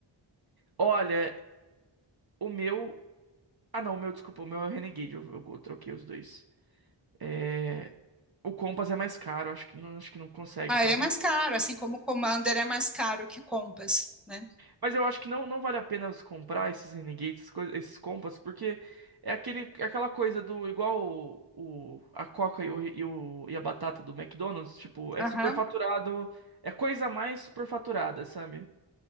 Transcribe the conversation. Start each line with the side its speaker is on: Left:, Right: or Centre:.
Right: Olha, o meu. Ah, não, o meu, desculpa, o meu é o Renegade. Eu, eu troquei os dois. É. O Compass é mais caro, acho que não, acho que não consegue,
Centre: Ah,
Right: sabe?
Centre: ele é mais caro, assim como o Commander é mais caro que o Compass, né?
Right: Mas eu acho que não, não vale a pena você comprar esses Renegades, esses, coisa- esses Compass, porque é aquele, é aquela coisa do igual o, o- a Coca e, o, e, o- e a batata do McDonald's, tipo, é
Centre: Aham.
Right: superfaturado, é coisa mais superfaturada, sabe?